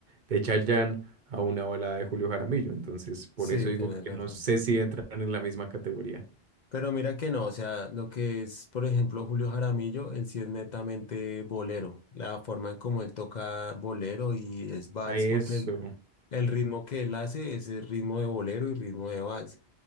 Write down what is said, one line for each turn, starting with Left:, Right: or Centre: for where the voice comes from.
Right: de Chayanne a una balada de Julio Jaramillo, entonces por
Left: Sí,
Right: eso digo
Left: tienes razón.
Right: que no sé si entran en la misma categoría.
Left: Pero mira que no, o sea, lo que es, por ejemplo, Julio Jaramillo, él sí es netamente bolero. La forma en cómo él toca bolero y es vals,
Right: A eso.
Left: porque el, el ritmo que él hace es el ritmo de bolero y ritmo de vals.